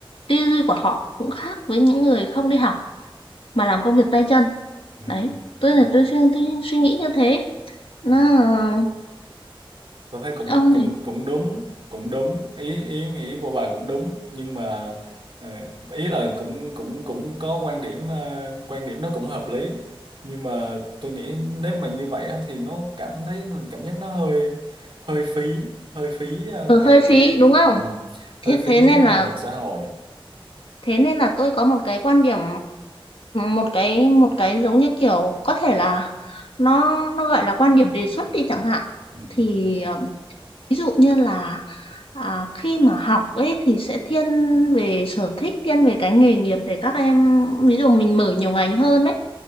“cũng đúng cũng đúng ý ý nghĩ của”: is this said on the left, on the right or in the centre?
Right